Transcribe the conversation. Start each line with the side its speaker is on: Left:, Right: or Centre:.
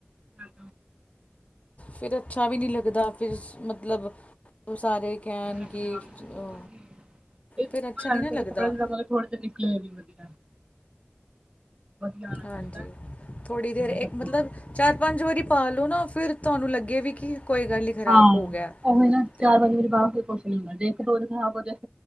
Right: ਫਿਰ
Left: ਫਿਰ ਅੱਛਾ ਵੀ ਨੀ ਲੱਗਦਾ ਫਿਰ ਅ ਮਤਲਬ, ਉਹ ਸਾਰੇ ਕਹਿਣ
Right: ਆਪਣੇ
Left: ਕੀ
Right: ਆਪ
Left: ਅ
Right: ਉਹ ਕੀ ਇੱਕ ਉਹ
Left: ਫਿਰ ਅੱਛਾ ਨੀ
Right: ਲੈਣਾ
Left: ਨਾ
Right: ਚਾਹੀਦਾ
Left: ਲੱਗਦਾ।
Right: ਕੱਪੜਾ <unintelligible> ਵਧੀਆ ਆਉਣਾ ਚਾਹੀਦਾ
Left: ਹਾਂਜੀ। ਥੋੜ੍ਹੀ ਦੇਰ ਇੱਕ
Right: ਸਭ
Left: ਮਤਲਬ
Right: ਕੁਛ
Left: ਚਾਰ ਪੰਜ ਵਾਰੀ ਪਾਲੋ ਨਾ ਫਿਰ ਤੁਹਾਨੂੰ ਲੱਗੇ ਵੀ ਕਿ ਕੋਈ ਗੱਲ ਨੀ ਖ਼ਰਾਬ
Right: ਹਾਂ
Left: ਹੋ ਗਿਆ।
Right: <unintelligible>
Left: ਤੇ